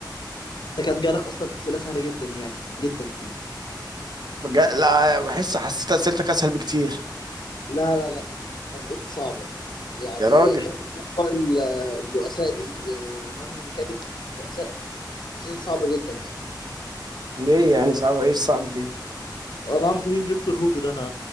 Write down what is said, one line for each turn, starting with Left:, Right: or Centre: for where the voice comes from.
Left: انت كان جالك اصلا اسئلة سهلة جدا يعني جدا
Right: بجا... لا بحس حسيت اسئلتك اسهل بكتير
Left: لا لا لا أسئلة صعبة يعني
Right: يا راجل
Left: حتة لقاء ال- البؤساء دي إيه، من كاتب بتاعت البؤساء حاسسها صعبة جدا يعني
Right: ليه يعني صعب ايه الصعب فيه
Left: انا اعرف مين فيكتور هوجو ده انا